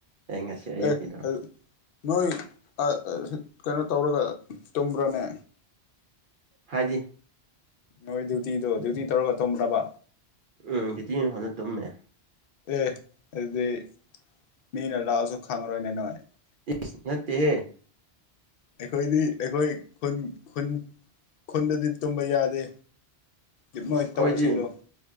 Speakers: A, on the right; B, on the left.
A: ꯑꯩ ꯉꯁꯤ ꯑꯌꯨꯛꯀꯤꯗꯣ
B: ꯑꯦ ꯅꯣꯏ ꯑ ꯀꯩꯅꯣ ꯇꯧꯔꯒ ꯇꯨꯝꯕ꯭ꯔꯅꯦ
A: ꯍꯥꯏꯗꯤ
B: ꯅꯣꯏ ꯗ꯭ꯌꯨꯇꯤꯗꯣ ꯗ꯭ꯌꯨꯇꯤ ꯇꯧꯔꯒ ꯇꯣꯝꯕ꯭ꯔꯕ
A: ꯎꯝ ꯗꯤꯎꯇꯤ ꯃꯥꯐꯝꯗ ꯇꯨꯝꯄꯦ
B: ꯑꯦ ꯑꯗꯨꯗꯤ ꯃꯤꯅ ꯂꯥꯛꯑꯁꯨ ꯈꯪꯉꯔꯣꯏꯅꯦ ꯅꯥꯏ
A: ꯏꯁ ꯅꯠꯇꯦꯍꯦ
B: ꯑꯩꯈꯣꯏꯗꯤ ꯑꯩꯈꯣꯏ ꯈꯨꯟ ꯈꯨꯟ ꯈꯨꯟꯗꯗꯤ ꯇꯨꯝꯕ ꯌꯥꯗꯦ ꯃꯣꯏ
A: ꯏꯁ
B: ꯇꯧꯕꯁꯤꯡꯗꯣ
A: ꯑꯩꯈꯣꯏꯗꯤ